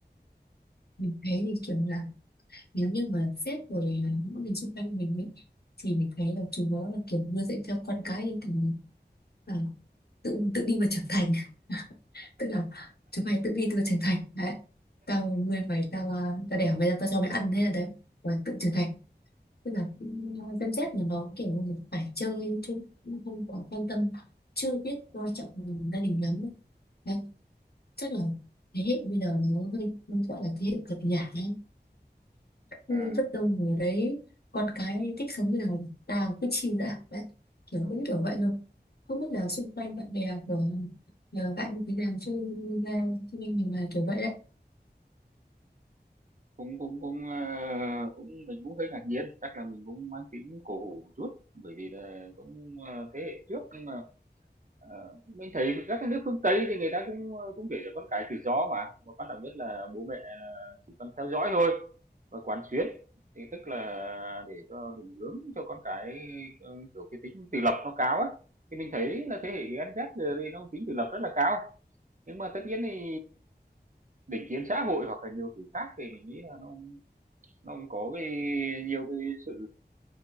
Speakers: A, on the left (about 65°); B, on the right (about 45°).
A: mình thấy thì kiểu là nếu như mà sếp rồi những người xung quanh mình ấy, thì mình thấy là chúng nó là kiểu nuôi dạy theo con cái nhưng kiểu à, tự tự đi mà trưởng thành tức là chúng mày tự đi tự trưởng thành đấy tao nuôi mày tao à, tao đẻ mày ra tao cho mày ăn thế là đấy và tự trưởng thành tức là ừ, Gen Z là nó kiểu như là phải chơi chứ cũng không quá quan tâm chưa biết coi trọng gia đình lắm đấy chắc là thế hệ bây giờ nó hơi gọi là thế hệ cực nhả ấy
B: À,
A: Ừ, rất đông người đấy con cái thích sống như nào tàng cứ chill đã bạn kiểu cũng kiểu vậy thôi không biết là xung quanh bạn bè của nhờ bạn như thế nào chứ ra cho nên mình là kiểu vậy đấy
B: cũng cũng cũng, ờ, cũng mình cũng hơi ngạc nhiên, chắc là mình cũng mang tính cổ hủ chút, bởi vì là cũng, ờ, thế hệ trước nhưng mà, ờ, mình thấy các cái nước phương Tây thì người ta cũng, ờ, cũng để cho con cái tự do mà, mà quan trọng nhất là bố mẹ là chỉ cần theo dõi thôi. và quán xuyến thì tức là để cho định hướng cho con cái ừ, kiểu cái tính tự lập nó cao ấy thì mình thấy là thế hệ Gen Z giờ đây nó tính tự lập rất là cao nhưng mà tất nhiên thì định kiến xã hội hoặc là nhiều thứ khác thì mình nghĩ là nó nó cũng có cái nhiều cái sự